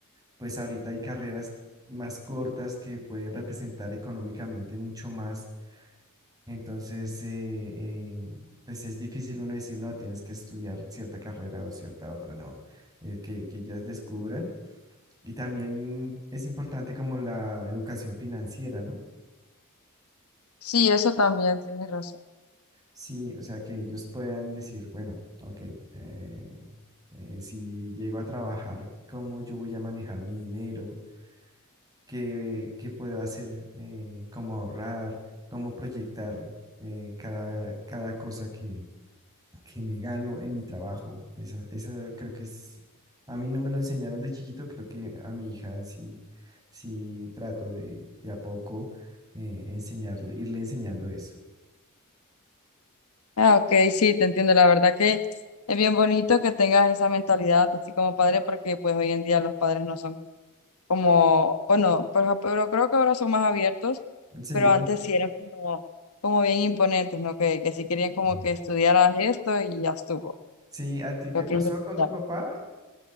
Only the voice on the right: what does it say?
Pues ahorita hay carreras más cortas que pueden representar económicamente mucho más. Entonces, eh, eh, pues es difícil uno decir, no, tienes que estudiar cierta carrera o cierta otra, no, eh, que, que ellas descubran. Y también es importante como la educación financiera, ¿no?
Sí, o sea, que ellos puedan decir, bueno, ok, eh, eh, si llego a trabajar, ¿cómo yo voy a manejar mi dinero? ¿Qué, qué puedo hacer? Eh, ¿cómo ahorrar? ¿Cómo proyectar eh, cada, cada cosa que, que me gano en mi trabajo. Esa, esa creo que es, a mí no me lo enseñaron de chiquito, creo que a mi hija sí, sí trato de, de a poco eh, enseñarle, irle enseñando eso.
Sí,
<clears throat>
sí, ¿a ti te
pasó
con
tu papá?